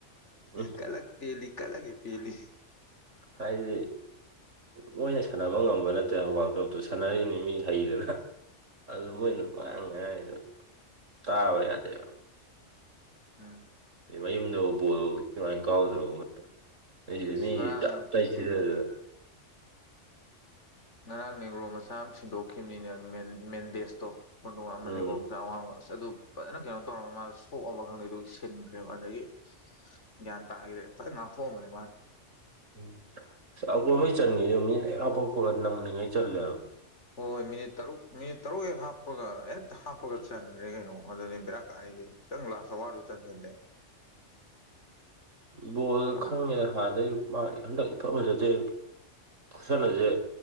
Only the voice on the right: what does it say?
ꯎꯝ
ꯍꯥꯏꯗꯤ ꯃꯣꯏꯅ ꯁꯥꯟꯅꯕ ꯉꯝꯕ ꯅꯠꯇꯦ ꯋꯥꯔꯜ ꯀꯞꯇꯨ ꯁꯥꯟꯅꯔꯤꯅꯤ ꯃꯤ ꯍꯩꯗꯅ ꯑꯗꯨ ꯃꯣꯏꯅ ꯑꯃꯥꯏꯅ ꯉꯥꯡꯉꯤꯗꯨ ꯇꯥꯕ ꯌꯥꯗꯦ ꯍꯥꯏꯕ
ꯃꯌꯨꯝꯗꯕꯧ ꯕꯣꯜ ꯏꯟꯊꯤ ꯅꯨꯡꯉꯥꯏ ꯀꯥꯎꯗꯕ ꯃꯣꯏꯅ ꯑꯩꯩꯁꯤꯗ
ꯃꯤ
ꯇꯞꯇꯥꯏ ꯁꯤꯗꯗꯅ
ꯎꯝ
ꯎꯝ ꯑꯩꯈꯣꯏꯍꯩ ꯆꯟꯈꯤꯗ ꯃꯤꯅ ꯍꯥꯐꯛꯄꯔ ꯅꯪꯂꯤꯉꯩ ꯆꯜꯂꯦ ꯍꯥꯏꯕ
ꯎꯝ
ꯕꯣꯜꯗ
ꯈꯪꯉꯦ ꯍꯥꯟꯅꯩ ꯃꯥ ꯍꯟꯗꯛ ꯏꯐ ꯑꯣꯏꯖꯗꯦ ꯈꯨꯠꯁꯅꯁꯦ